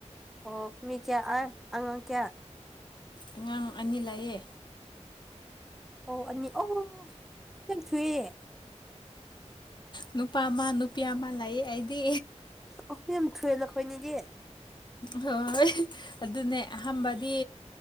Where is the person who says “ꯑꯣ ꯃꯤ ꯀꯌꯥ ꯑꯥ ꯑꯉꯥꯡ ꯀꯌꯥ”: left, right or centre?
Centre